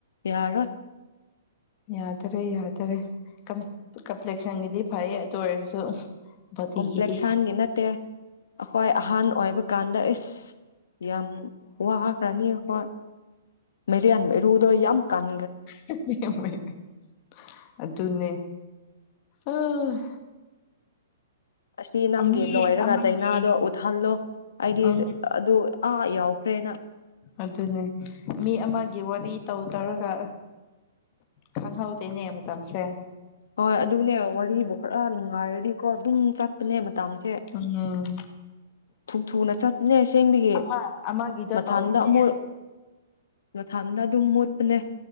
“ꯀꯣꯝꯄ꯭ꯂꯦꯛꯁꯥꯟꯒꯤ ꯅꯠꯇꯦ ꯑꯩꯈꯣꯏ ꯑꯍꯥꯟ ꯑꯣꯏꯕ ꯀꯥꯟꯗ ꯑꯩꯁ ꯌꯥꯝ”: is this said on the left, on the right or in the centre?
Left